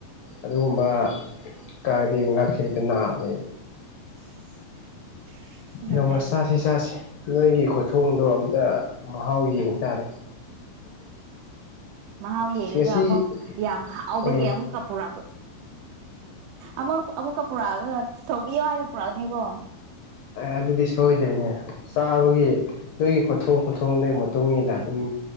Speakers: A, on the left; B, on the right.
A: ꯑꯗꯨꯒꯨꯝꯕ ꯀꯥꯛꯑꯗꯤ ꯉꯛꯁꯦ ꯍꯦꯛꯇ ꯅꯥꯕꯅꯦ
B: <unintelligible> ꯑꯗꯨꯅꯦ
A: ꯅꯣꯡꯃꯥ ꯆꯥꯁꯤ ꯆꯥꯁꯤ ꯅꯣꯏꯒꯤ ꯈꯨꯊꯣꯡꯗꯣ ꯑꯝꯇ ꯃꯍꯥꯎ ꯌꯦꯡ ꯇꯥꯔꯦ
B: ꯃꯍꯥꯎ ꯌꯦꯔꯒ
A: ꯉꯁꯤ
B: ꯑꯃꯨꯛ ꯌꯥꯝ ꯍꯥꯎꯕꯒꯤ
A: ꯎꯝ
B: ꯑꯃꯨꯛꯀ ꯄꯨꯔꯛ ꯑꯃꯨ ꯑꯃꯨꯛꯀ ꯄꯨꯔꯛꯑꯒ ꯊꯧꯕꯤꯌꯣ ꯍꯥꯏꯅ ꯄꯨꯔꯛꯑꯅꯤꯀꯣ
A: ꯑꯗꯨꯗꯤ ꯁꯣꯏꯗ꯭ꯔꯦꯅꯦ ꯆꯥꯕꯒꯤ ꯅꯣꯏꯒꯤ ꯈꯨꯊꯣꯡ ꯈꯨꯊꯣꯡꯗꯨꯒꯤ ꯃꯇꯨꯡ ꯏꯟꯅ ꯑꯗꯨꯝ